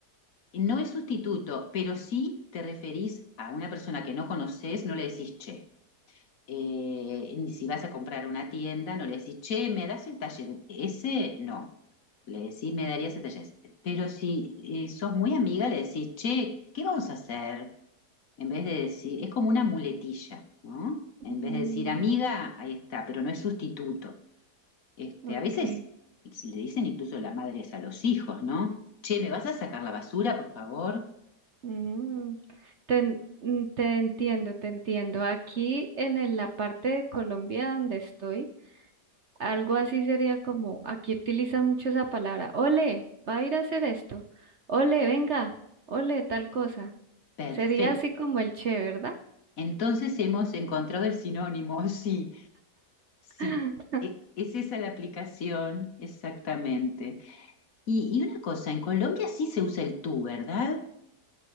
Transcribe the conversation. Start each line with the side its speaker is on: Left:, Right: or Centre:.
Left: No es sustituto, pero si te referís a una persona que no conoces, no le decís che. eh, ni si vas a comprar a una tienda, no le decís, che, ¿me das el taller ese? No, le decís, me darías el taller ese. Pero si eh, sos muy amiga, le decís, che, ¿qué vamos a hacer? En vez de decir, es como una muletilla, ¿no? En
Right: Mm,
Left: vez de decir amiga, ahí está, pero no es sustituto. Este,
Right: ok,
Left: a veces si le dicen incluso las madres a los hijos, ¿no? Che, ¿me vas a sacar la basura, por favor?
Right: mm, te, en- mm, te entiendo, te entiendo. Aquí en el- la parte de Colombia donde estoy, algo así sería como, aquí utiliza mucho esa palabra, ole, va a ir a hacer esto, ole, venga, ole, tal cosa.
Left: Perfecto.
Right: Sería así como el che, ¿verdad?
Left: Entonces hemos encontrado el sinónimo, <laughs> sí, Sí,
Right: <laughs>
Left: e- es esa la aplicación, exactamente. Y, y una cosa, en Colombia sí se usa el tú, ¿verdad?